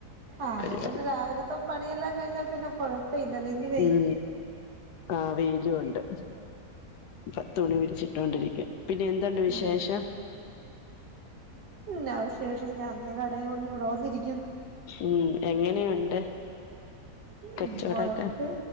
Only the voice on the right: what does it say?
ആപ്പൊ
പിന്നെ രാവിലത്തെ പണിയെല്ലാം കഴിഞ്ഞാ പിന്നെ കൊഴപ്പമില്ല ഇല്ലല്ലോ ഇന്
ഉം
എന്നാ വിശേഷം ഞാൻ ഇതാ കടയിൽ വന്ന് ഇവിടെ വന്നിരി
ഉം
കൊഴപ്പ